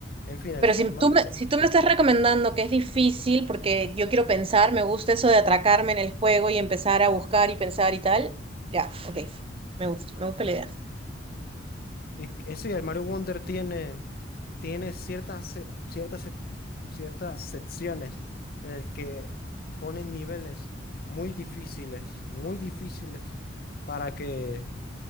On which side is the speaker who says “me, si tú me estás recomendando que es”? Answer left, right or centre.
Right